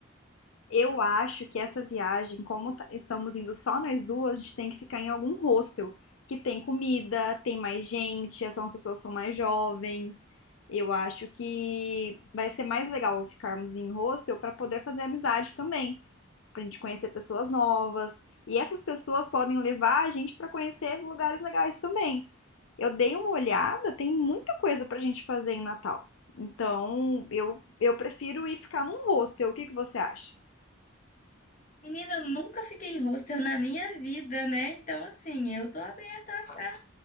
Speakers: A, on the left (about 75°); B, on the left (about 35°).
A: Eu acho que essa viagem, como tá- estamos indo só nós duas, a gente tem que ficar em algum hostel que tem comida, tem mais gente, as são- as pessoas são mais jovens. Eu acho que vai ser mais legal ficarmos em hostel para poder fazer amizade também, para a gente conhecer pessoas novas. E essas pessoas podem levar a gente para conhecer lugares legais também. Eu dei uma olhada, tem muita coisa para a gente fazer em Natal. Então, eu, eu prefiro ir ficar num hostel. O que que você acha?
B: Menina, eu nunca fiquei em hostel na minha vida, né? Então, assim, eu tô aberta a a